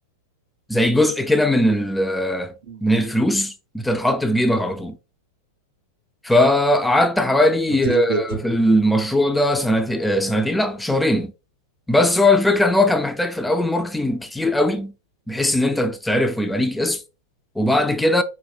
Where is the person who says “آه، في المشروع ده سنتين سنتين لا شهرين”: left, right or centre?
Centre